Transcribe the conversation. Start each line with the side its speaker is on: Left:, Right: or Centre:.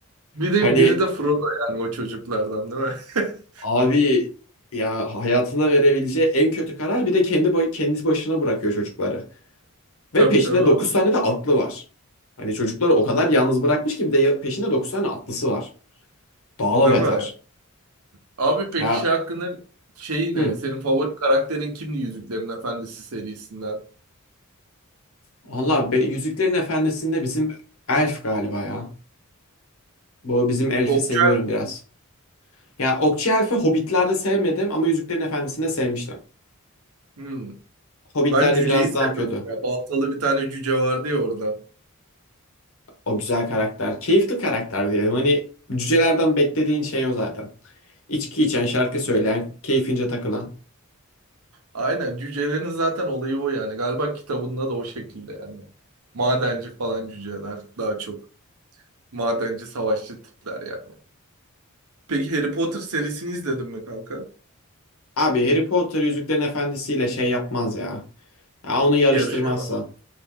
Right: Biri,
Left: Hani
Right: biri de Frodo yani o çocuklardan değil mi? <laughs>
Left: abi ya hayatına verebileceği en kötü karar bir de kendi ba- kendisi başına bırakıyor çocukları. Ve
Right: Tabii
Left: peşinde
Right: tabii abi.
Left: 9 tane de atlı var. Hani çocukları o kadar yalnız bırakmış ki bir de ya- peşinde 9 tane atlısı var. Daha
Right: Değil
Left: beter.
Right: mi? Abi peki
Left: Ya
Right: şey hakkında şeyi
Left: hı.
Right: ne? Senin favori karakterin kimdi Yüzüklerin Efendisi serisinden?
Left: Valla be, Yüzüklerin Efendisi'nde bizim elf galiba ya. Bu bizim elfi
Right: Okçu
Left: seviyorum biraz. Ya Okçu Elf'i Hobbit'lerde sevmedim ama Yüzüklerin Efendisi'nde sevmiştim.
Right: Hmm.
Left: Hobbit'lerde
Right: Ben cüceyi
Left: biraz
Right: seviyordum
Left: daha kötü.
Right: ya. Baltalı bir tane cüce vardı ya orada.
Left: O güzel karakter. Keyifli karakter diyelim. Hani cücelerden beklediğin şey o zaten. İçki içen, şarkı söyleyen, keyfince takılan.
Right: Aynen cücelerin zaten olayı o yani. Galiba kitabında da o şekilde yani. Madenci falan cüceler daha çok. Madenci savaşçı tipler yani. Peki Harry Potter serisini izledin mi kanka?
Left: Abi Harry Potter Yüzüklerin Efendisi'yle şey yapmaz ya. Ya onu yarıştırmazsa.
Right: Yarışamaz.